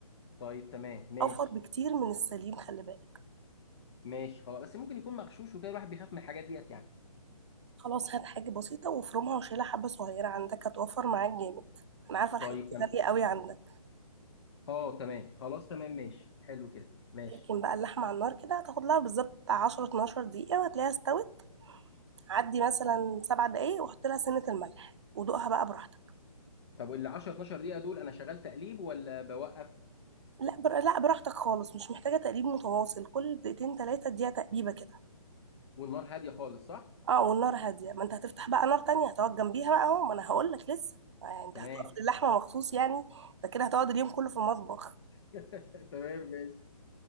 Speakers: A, on the left (about 45°); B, on the right (about 50°).
A: طيب تمام ماشي
B: أوفر بكتير من السليم خلي بالك
A: ماشي خلاص بس ممكن يكون مغشوش وكده الواحد بيخاف من الحاجات ديت يعني
B: خلاص هات حاجة بسيطة وافرمها وشيلها حبة صغيرة عندك هتوفر معاك جامد أنا عارفة الحاجات
A: طيب
B: دي
A: تمام
B: غالية قوي عندك
A: اه تمام خلاص تمام ماشي حلو كده ماشي
B: لكن بقى اللحمة على النار كده هتاخد لها بالظبط 10 12 دقيقة وهتلاقيها استوت عدي مثلا سبع دقايق وحط لها سنة الملح ودوقها بقى براحتك
A: طب ال 10 12 دقيقه دول انا شغال تقليب ولا بوقف
B: لا بر... لا براحتك خالص مش محتاجة تقليب متواصل كل دقيقتين تلاتة اديها تقليبة كده
A: والنار هاديه خالص صح
B: اه والنار هادية ما انت هتفتح بقى نار تانية هتقعد جنبيها بقى اهو ما انا هقول لك لسه يعني انت
A: تمام
B: هتقف اللحمة مخصوص يعني انت كده هتقعد اليوم كله في المطبخ
A: <laughs> تمام ماشي